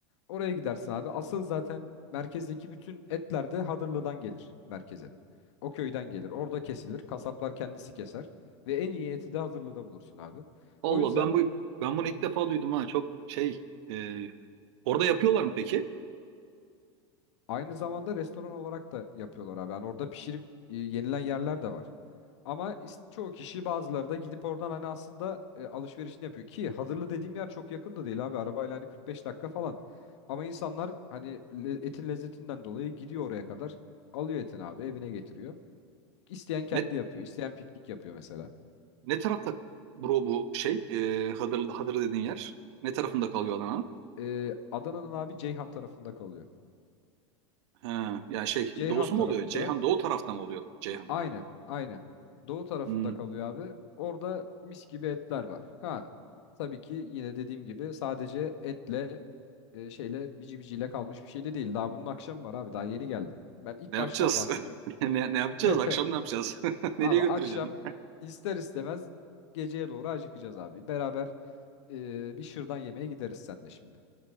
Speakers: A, on the left (about 75°); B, on the right (about 70°).
A: Oraya gidersin abi. Asıl zaten merkezdeki bütün etler de Hadırlı'dan gelir merkeze. O köyden gelir. Orada kesilir. Kasaplar kendisi keser. Ve en iyi eti de Hadırlı'da bulursun abi.
B: Allah
A: O yüzden
B: ben bu ben bunu ilk defa duydum ha çok şey e, orada yapıyorlar mı peki?
A: aynı zamanda restoran olarak da yapıyorlar abi. Yani orada pişirip e, yenilen yerler de var. Ama is- çoğu kişi bazıları da gidip oradan hani aslında e, alışverişini yapıyor. Ki Hadırlı dediğim yer çok yakın da değil abi. Arabayla hani 45 dakika falan. Ama insanlar hani le- etin lezzetinden dolayı gidiyor oraya kadar. Alıyor etini abi evine getiriyor. İsteyen kendi
B: Ne
A: yapıyor. isteyen piknik yapıyor mesela.
B: ne tarafta bro bu şey e, Hadırlı, Hadırlı dediğin yer? Ne tarafında kalıyor Adana'nın?
A: Ee, Adana'nın abi Ceyhan tarafında kalıyor.
B: Ha, yani şey
A: Ceyhan
B: doğusu
A: tarafında
B: mu oluyor? Ceyhan doğu tarafta mı oluyor Ceyhan?
A: aynen aynen. Doğu tarafında
B: Hmm.
A: kalıyor abi. Orada mis gibi etler var. Ha tabii ki yine dediğim gibi sadece etle e, şeyle bici biciyle kalmış bir şey de değil. Daha bunun akşamı var abi. Daha yeni geldim. Ben ilk
B: Ne yapacağız?
A: baştan bahsediyorum.
B: <laughs> Ne, ne yapacağız?
A: <laughs>
B: Akşam ne yapacağız? <laughs> Nereye
A: Abi akşam
B: götüreceğim?
A: ister istemez geceye doğru acıkacağız abi. Beraber e, bir şırdan yemeye gideriz seninle şimdi.